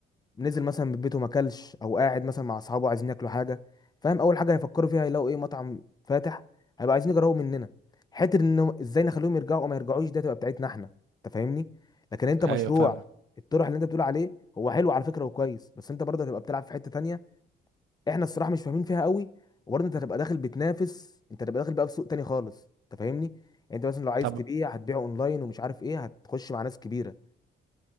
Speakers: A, on the left; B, on the right.
A: نزل مثلا من بيته ما اكلش او قاعد مثلا مع اصحابه عايزين ياكلوا حاجه فاهم اول حاجه هيفكروا فيها هيلاقوا ايه مطعم فاتح هيبقى عايزين يجربوا مننا حته ان ازاي نخليهم يرجعوا او ما يرجعوش ده تبقى بتاعتنا احنا انت فاهمني لكن انت مشروع
B: ايوه فاهمك
A: الطرح اللي انت بتقول عليه هو حلو على فكره وكويس بس انت برضه هتبقى بتلعب في حته تانية احنا الصراحه مش فاهمين فيها قوي وبرضه انت هتبقى داخل بتنافس انت هتبقى داخل بقى في سوق تاني خالص انت فاهمني يعني انت مثلا لو عايز
B: طب
A: تبيع هتبيع اونلاين ومش عارف ايه هتخش مع ناس كبيره